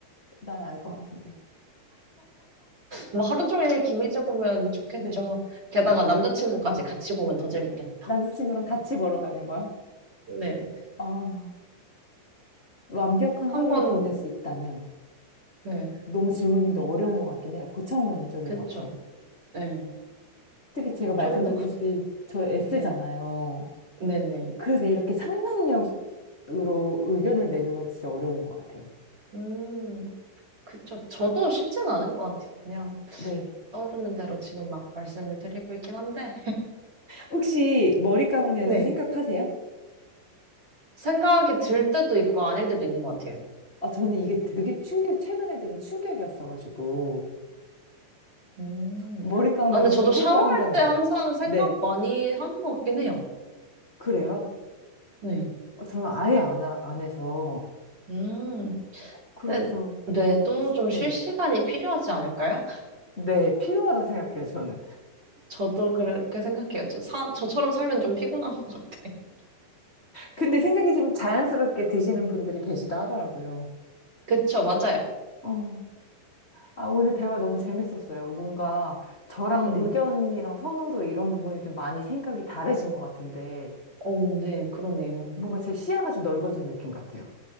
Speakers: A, on the left; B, on the right.
A: 난 알 것
B: 어떤 할-
A: 같은데.
B: 뭐 하루 종일 김희재 보면 좋겠죠.
A: 네.
B: 게다가 남자친구까지 같이 보면 더 재밌겠다.
A: 남자친구랑 같이 보러 가는 거야?
B: 네.
A: 아, 완벽한
B: 한번
A: 하루를 보낼 수 있다면
B: 네.
A: 너무 질문인데 어려운 것 같긴 해요. 고차원적인
B: 그쵸.
A: 것 같아요.
B: 네.
A: 특히 제가 말씀드렸다시피
B: 조금 더 굳,
A: 저 S잖아요.
B: 네. 네네.
A: 그래서 이렇게 상상력으로 의견을 내는 건 진짜 어려운 것 같아요.
B: 음. 그쵸. 저도 쉽진 않은 것 같아요. 그냥
A: 네.
B: 떠오르는 대로 지금 막 말씀을 드리고 있긴 한데,
A: 혹시 머리 감으면서
B: 네.
A: 생각하세요?
B: 생각이 들 때도 있고 아닐 때도 있는 것 같아요.
A: 아, 저는 이게 되게 충격, 최근에 들은 충격이었어가지고
B: 음.
A: 머리 감으면서
B: 아, 근데 저도
A: 생각을
B: 샤워할
A: 한다는
B: 때
A: 거.
B: 항상 생각
A: 네.
B: 많이 하는 것 같긴 해요.
A: 그래요?
B: 네.
A: 어, 저는 아예 안, 하- 안 해서.
B: 음.
A: 그래서,
B: 근데 뇌도
A: 시-
B: 좀
A: 네.
B: 쉴 시간이 필요하지 않을까요?
A: 네, 필요하다 생각해요, 저는.
B: 저도 그렇게 생각해요. 저, 사, 저처럼 살면 좀 피곤한 것 같아. <laughs>
A: 근데 생각이 좀 자연스럽게 드시는 분들이 계시다 하더라고요.
B: 그쵸, 맞아요.
A: 어, 아, 오늘 대화 너무 재밌었어요. 뭔가 저랑
B: 네.
A: 의견이랑 선호도 이런 부분이 좀 많이 생각이 다르신 것 같은데,
B: 오, 네, 그러네요.
A: 뭔가 제 시야가 좀 넓어진 느낌 같아요.